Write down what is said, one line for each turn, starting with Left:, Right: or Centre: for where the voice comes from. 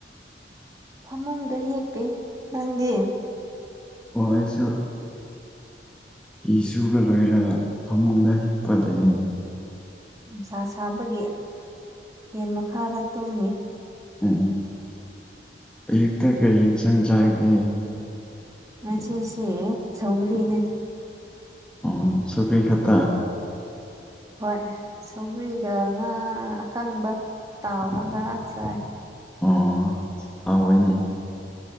Right: ꯐꯃꯨꯡꯗ ꯍꯤꯞꯄꯤ ꯅꯪꯗꯤ
Centre: ꯑꯣ ꯑꯩꯁꯨ ꯐꯤ ꯁꯨꯕ ꯂꯣꯏꯔꯒ ꯐꯃꯨꯡꯗ ꯍꯤꯞꯄ ꯂꯩꯑꯦ
Right: ꯅꯨꯡꯁꯥ ꯁꯥꯕꯒꯤ ꯐꯦꯟ ꯃꯈꯥꯗ ꯇꯨꯝꯃꯤ
Centre: ꯎꯝ ꯑꯌꯨꯛꯇ ꯀꯔꯤ ꯍꯦꯟꯁꯥꯡ ꯆꯥꯒꯦ
Right: ꯉꯁꯤꯁꯦ ꯁꯧꯔꯤꯅꯦ
Centre: ꯑꯣ ꯁꯧꯒ꯭ꯔꯤ ꯈꯠꯇ
Right: ꯍꯣꯏ ꯁꯧꯒ꯭ꯔꯤꯒ ꯉꯥ ꯑꯀꯪꯕ ꯇꯥꯎꯔꯒ ꯆꯥꯏ
Centre: ꯑꯣ ꯍꯥꯎꯋꯦꯅꯦ